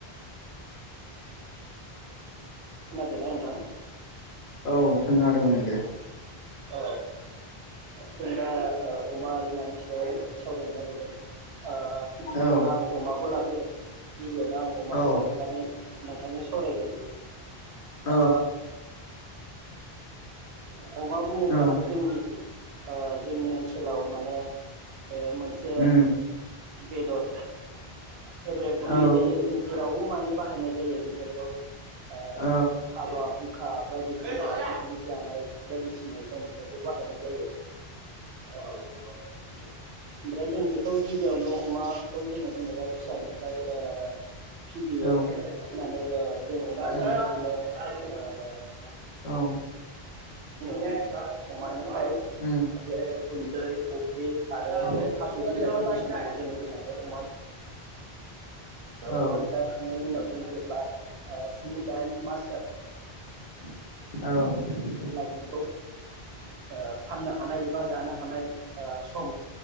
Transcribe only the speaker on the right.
खोनादोंना नोंथां
औ जों दा अमा आरो नानि सायाव सावरायनो नागिरदों। ओ गिबियावनो
आं अमाखौ लागोन गिबियावनो आं अमाखौ
लाग्रोनानै नोंथांनि सावरायगोन
ओ अमा अमा बुङोब्लाथ'
जोंनि ओ जोंनि ओनसोल ओनसोलाव माने मोनसे
बेदर फेभरेट बुंनाय
जायो जों जेराव माने बाहायनाय जायो बेफोरखौ ओ
हाबा हुंखा बायदिसिना पिकनिक जानाय बायदिसिनायाव जा बेफोरखौ बाहायनाय जायो औ ओमफ्राय जों बेखौ गिबियावनो अमाखौ जोङो जेनेबा फिसानिफ्राय ओ फिबियो
फनानै <inaudible> एयाइ <unintelligible> जों दाङो बे
दिनों ओ <inaudible>
जै बा <inaudible> अमाननिफ्राय आ
गुन्दै अफ्रि आरो
बे थास बिलाइखौ बिसिनानै जों रुनानै अमा <inaudible> ओ
अनो जाखांनायनि उनाव जों जेब्ला ओ स्नि दाइन मास जागोन
अब्ला जों बेखौ ओ फाननो हानाय एबा जानो हानाय ओ सम